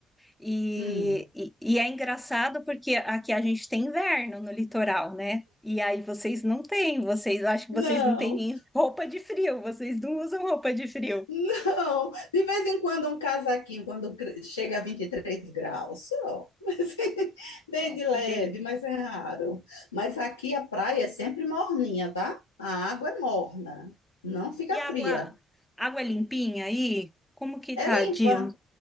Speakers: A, in the centre; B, on the left.
A: E,
B: Hum.
A: e, e é engraçado porque aqui a gente tem inverno no litoral, né? E aí vocês não têm, vocês acho que
B: Não.
A: vocês não têm nem roupa de frio, vocês não usam roupa de frio.
B: Não, de vez em quando um casaquinho, quando cre- chega a 23 graus, só. Mas, <laughs> Bem
A: Não,
B: de
A: que
B: leve,
A: delícia.
B: mas é raro. Mas aqui a praia é sempre morninha, tá? A água é morna, não fica
A: E água,
B: fria.
A: água limpinha aí? Como que
B: É
A: tá,
B: limpa,
A: Dil?